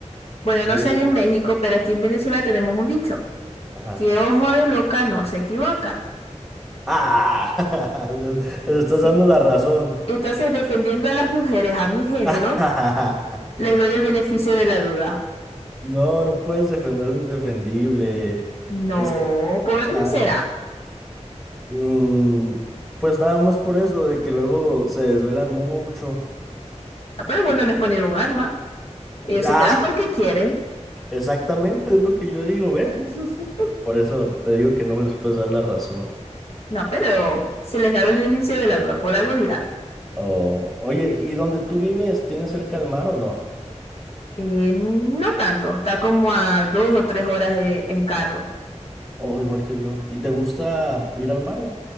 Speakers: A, on the left; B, in the centre.
A: Bueno,
B: Sí,
A: no sé allá en México, pero aquí en Venezuela tenemos un dicho.
B: ajá.
A: Que ojo de loca no se equivoca.
B: Ah, <laughs> les, les estás
A: Si
B: dando la razón.
A: Entonces, defendiendo a las mujeres, a mi género,
B: <laughs>
A: les doy el beneficio de la duda.
B: No, no puedes defender lo indefendible.
A: No,
B: Es que
A: por algo
B: Nada.
A: será.
B: Mm, pues nada más por eso, de que luego se desvelan mucho.
A: Ah, Pero bueno,
B: Y,
A: les ponen un arma. Ellos se
B: ah,
A: quedan porque quieren.
B: exactamente, es lo que yo digo, ¿ves?
A: <laughs>
B: Por eso te digo que no les puedes dar la razón.
A: No, pero se les da el beneficio de la duda. Por algo dirán.
B: O, oye, ¿y donde tú vives, tienes cerca el mar o no?
A: Eh, no tanto. Está como a dos o tres horas de- en carro.
B: O igual que yo. ¿Y te gusta ir al mar? o?